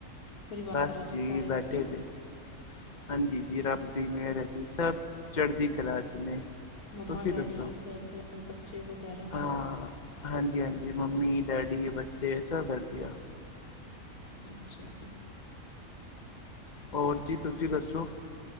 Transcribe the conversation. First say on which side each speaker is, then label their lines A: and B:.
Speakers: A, on the left; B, on the left.
A: ਪਰਿਵਾਰ
B: ਬਸ
A: ਵਾਲੇ
B: ਜੀ
A: ਸਾਰੇ
B: ਬੈਠੇ
A: ਵਧੀਆ?
B: ਤੇ ਹਾਂਜੀ ਜੀ। ਰੱਬ ਦੀ ਮਿਹਰ ਹੈ ਜੀ ਸਭ ਚੜ੍ਹਦੀ ਕਲਾ ਚ' ਨੇ।
A: ਮੰਮਾ-
B: ਤੁਸੀਂ
A: ਡੈਡੀ
B: ਦੱਸੋ
A: ਸਭ ਬੱਚੇ ਵਗੈਰਾ
B: ਹਾਂ ਹਾਂਜੀ- ਹਾਂਜੀ। ਮੰਮੀ- ਡੈਡੀ, ਬੱਚੇ ਸਭ ਕਰਦੀ ਆ।
A: ਅੱਛਾ।
B: ਹੋਰ ਜੀ, ਤੁਸੀਂ ਦੱਸੋ?